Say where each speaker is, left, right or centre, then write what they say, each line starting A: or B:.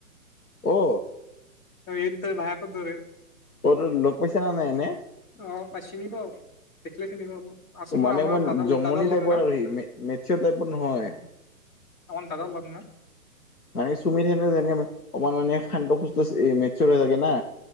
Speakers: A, on the left; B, on the left.
A: অ
B: এইট তই ভাইকৰ দৰে।
A: তই ত লগ পাইছা না নাই এনে
B: অ পাই চিন পাওঁ, দেখিলে চিনি পাব। আছিফো
A: মানে
B: আমাৰ
A: মই
B: দাদাৰ
A: জমনি
B: দাদাৰ লগ
A: টাইপৰ
B: না,
A: আৰু সি মেছিয়ৰ টাইপৰ নহয়।
B: অকণ তালত লগ ন
A: মানে চুমি থাকে যেনেকে অকমান মানে শান্ত সূস্ত মেচিয়ৰ হৈ থাকে না।